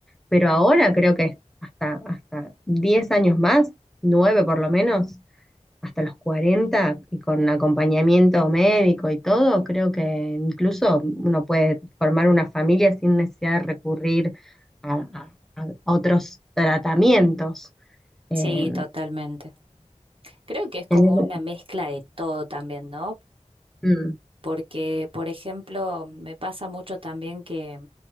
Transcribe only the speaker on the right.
Sí, totalmente. Creo que es como
una mezcla de todo también, ¿no?
porque, por ejemplo, me pasa mucho también que,